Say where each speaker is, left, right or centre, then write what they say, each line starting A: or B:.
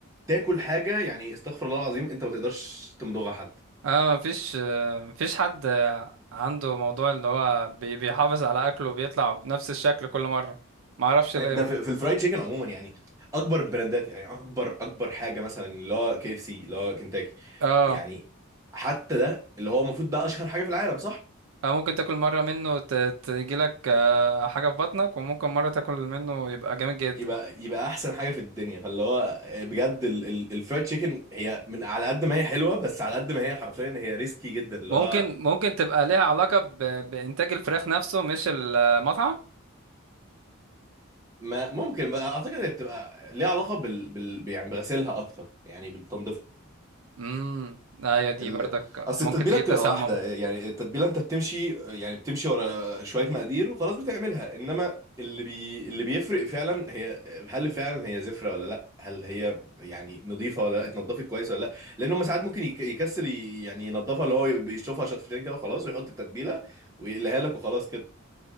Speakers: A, on the right (about 15°); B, on the right (about 75°).
A: تاكل حاجه يعني استغفر الله العظيم انت ما تقدرش تمضغها حتى
B: اه مفيش آه، مفيش حد آه، عنده موضوع اللي هو بي- بيحافظ على اكله وبيطلع نفس الشكل كل مرة معرفش ليه
A: ده في, في الفرايد تشيكن عموما يعني اكبر البراندات يعني اكبر اكبر حاجه مثلا اللي هو كي اف سي اللي هو كنتاكي
B: اه
A: يعني حتى ده اللي هو المفروض ده اشهر حاجه في العالم صح
B: آه، ممكن تاكل مرة منه ت- تجيلك آه، حاجة في بطنك وممكن مرة تاكل منه يبقى جامد جدا
A: يبقى يبقى احسن حاجه في الدنيا فاللي هو بجد ال- ال- الفرايد تشيكن هي من على قد ما هي حلوه بس على قد ما هي حرفيا هي ريسكي جدا اللي
B: ممكن
A: هو
B: ممكن تبقى ليها علاقة ب... بإنتاج الفراخ نفسه مش المطعم
A: ما ممكن بقى اعتقد هي بتبقى ليها علاقه بال, بال يعني بغسيلها اكتر يعني بالتنظيف
B: امم ايوه دي
A: ال...
B: برضك
A: اصل
B: ممكن
A: التتبيله
B: تجيب
A: بتبقى
B: تسمم
A: واحده يعني التتبيله انت بتمشي يعني بتمشي ورا شويه مقادير وخلاص بتعملها انما اللي بي... اللي بيفرق فعلا هي هل فعلا هي زفره ولا لا هل هي يعني نظيفه ولا لا اتنضفت كويس ولا لا لان هم ساعات ممكن يك... يكسل ي... يعني ينضفها اللي هو بيشطفها شطفتين كده وخلاص ويحط التتبيله ويقلها لك وخلاص كده